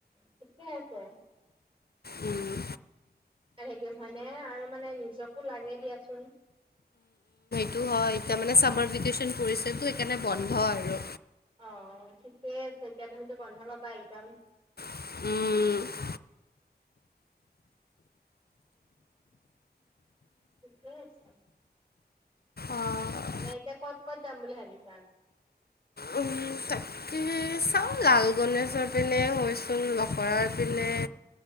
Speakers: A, on the right; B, on the left.
A: ঠিকে আছে।
B: উম,
A: <inaudible> সেই গেম হয়নে আৰু মানে নিজকো লাগে দিয়াচোন।
B: টো হয় এতিয়া মানে চামাৰ ভেকেচন পৰিছেটো সেইকাণে বন্ধ আৰু।
A: অ', ঠিকে আছে। এতিয়া তুমিটো বন্ধ পাবা একদম?
B: উম।
A: ঠিকে আছে।
B: অ',
A: নে এতিয়া কত ক'ত যাম বুলি ভাবিছা?
B: উম, তাকে চাওঁ লাল গণেশৰ পিনে হৈ চোন লখৰাৰ পিনে।